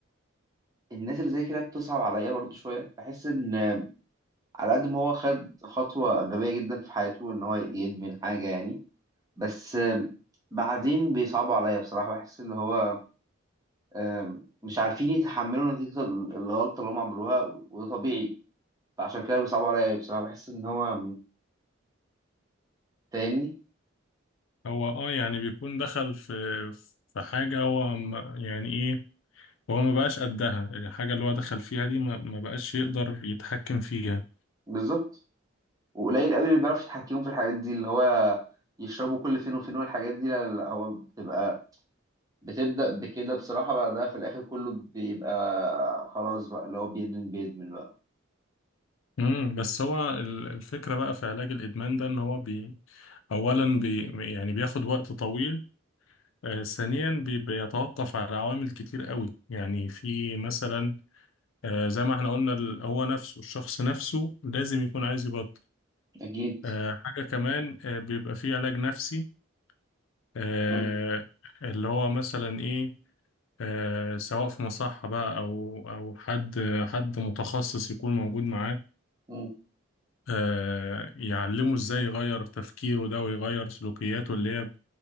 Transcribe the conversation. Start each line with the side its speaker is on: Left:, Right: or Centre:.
Right: الناس اللي زي كده بتصعب عليا برضو شوية بحس ان على قد ما هو خد خطوة غبية جدا في حياته ان هو يدمن حاجة يعني بس بعدين بيصعبوا عليا بصراحة بحس اللي هو أم، مش عارفين يتحملوا نتيجة ال- الغلطة اللي هم عملوها وده طبيعي فعشان كده بيصعبوا عليا بصراحة بحس ان هو تاني
Left: هو اه يعني بيكون دخل في في حاجة هو م- يعني ايه وهو ما بقاش قدها الحاجة اللي هو دخل فيها دي ما ما بقاش يقدر يتحكم فيها
Right: بالظبط وقليل قوي اللي بيعرف يتحكموا في الحاجات دي اللي هو يشربوا كل فين وفين والحاجات دي لا لا لا، هو بتبقى بتبدأ بكده بصراحة بعدها في الآخر كله بيبقى خلاص بقى اللي هو بيدمن بيدمن بقى
Left: امم بس هو ال- الفكرة بقى في علاج الإدمان ده إن هو بي أولا بي يعني بياخد وقت طويل آه ثانيا بي بيتوقف على عوامل كتير قوي يعني في مثلا آه زي ما احنا قلنا ال- هو نفسه الشخص نفسه لازم يكون عايز يبطل
Right: أكيد
Left: آه حاجة كمان آه بيبقى فيه علاج نفسي آه
Right: مم.
Left: اللي هو مثلا إيه آه، سواء في مصحة بقى أو أو حد حد متخصص يكون موجود معاه
Right: مم.
Left: آه، يعلمه إزاي يغير تفكيره ده ويغير سلوكياته اللي هي